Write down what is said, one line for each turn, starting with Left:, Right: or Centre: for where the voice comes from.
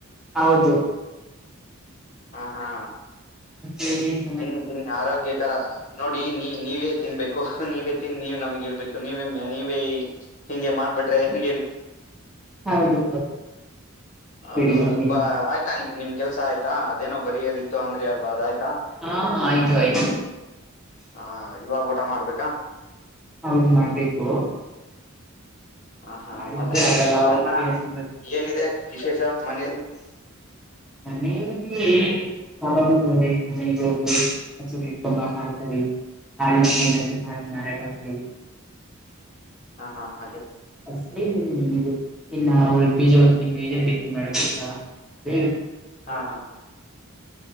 Centre: ಹೌದು
Left: ಹ ಹಾ
Centre: ಹಿ <unintelligible>
Left: ತಿನ್ನು ತಿನ್ನು ಆರೋಗ್ಯಕರ ನೋಡಿ ನೀ ನೀವೇ ತಿನ್ಬೇಕು ನೀವೇ ತಿನ್ ನೀವ್ ನಮ್ಗೆ ಹೇಳ್ಬೇಕು ನೀವೇ ನೀವೇ ಹಿಂಗೆ ಮಾಡ್ಬಿಟ್ರೆ ಹೆಂಗ್ ಹೇಳಿ
Centre: ಹೌದು
Left: ಹೌದು
Centre: ಬಿಡಿ
Left: ಹೌದು
Centre: ಹಂಗೆ
Left: ಬ ಆಯ್ತಾ ನಿಮ್ ನಿಮ್ ಕೆಲ್ಸ ಆಯ್ತಾ ಅದೇನೋ ಬರಿೋದಿತ್ತು ಅಂದ್ರಿ ಅಲ್ವಾ ಅದ ಆಯ್ತಾ.
Centre: ಹಾ ಆಯ್ತು ಆಯ್ತು.
Left: ಹಾ ಇವಾಗ ಊಟ ಮಾಡ್ಬೇಕಾ.
Centre: ಹೌದು ಮಾಡ್ಬೇಕು.
Left: ಹ ಹಾ
Centre: ಮಾಡಿದ್ರೆ
Left: ಮತ್ತೆ
Centre: ಆಗಲ್ಲ ಅವತ್ತೇ
Left: ಅನ್ನ
Centre: ಹಸಿದ
Left: ಏನಿದೆ ವಿಶೇಷ ಮನೇಲಿ.
Centre: ಮನೆಯಲ್ಲಿ ಹ ಹೋಗ ಇಟ್ಕೊಂಬ ಹಸು ಇಟ್ಕೊಂಡು ಬಾ ಹಾಲ್ ಕರಿ <unintelligible> ಹಾ ಹಾ ಮಾರಾಟ ಮಾಡಿ <unintelligible>
Left: ಹಾಂ ಹಾಂ ಹಾಗೆ
Centre: <inaudible>
Left: ಹಾಂ ಹಾಂ